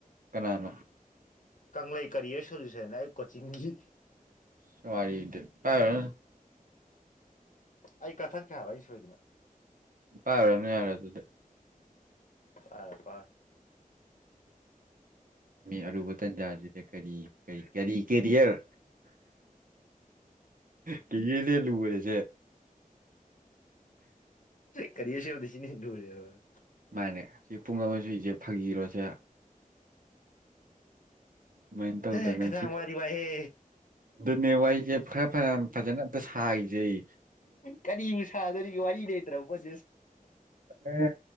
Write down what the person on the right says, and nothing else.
ꯀꯅꯥꯅ
ꯁꯔꯤꯗꯤꯦ ꯄꯔ
ꯄꯥꯔꯅꯤ ꯌꯥꯔꯦ ꯑꯗꯨꯗꯤ
ꯑꯔꯨꯕꯇꯟꯖꯥ ꯀꯔꯤ ꯀ ꯀꯔꯤ ꯀꯦꯔꯤꯌꯔ ꯀꯤ ꯂꯩ ꯂꯨ ꯑꯣꯏꯔꯁꯦ
ꯃꯥꯨꯃꯅꯦ ꯁꯤ ꯄꯨꯡ ꯑꯃꯨꯏꯁꯦ ꯐꯥꯒꯤꯔꯣꯁꯦ ꯁꯨꯃꯥꯏꯅ ꯇꯧꯗꯅ
ꯁꯤ ꯑꯗꯨꯅꯦ ꯋꯥꯏꯁꯦ ꯈꯔ ꯐꯖꯅ ꯑꯝꯇ ꯁꯥꯏꯖꯩ
ꯑꯦ